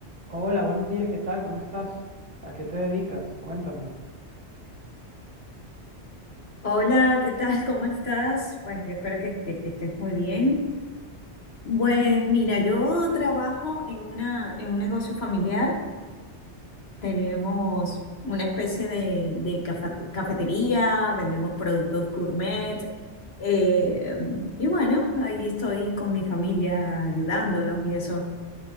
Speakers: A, on the right; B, on the left.
A: Hola, buenos días, ¿qué tal? ¿Cómo estás? ¿A qué te dedicas? Cuéntame.
B: Hola, ¿qué tal? ¿Cómo estás? Pues yo espero que, que- que estés muy bien. Pues mira, yo trabajo en una, en un negocio familiar. Tenemos una especie de, de cafa- cafetería, vendemos productos gourmet. eh, y bueno, ahí estoy con mi familia ayudándolos y eso.